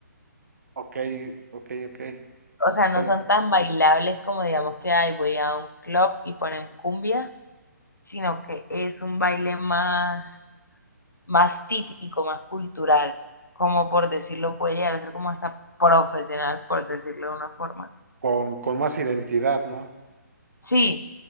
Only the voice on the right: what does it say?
Ok, ok, ok.
Con,
con con más identidad, ¿no?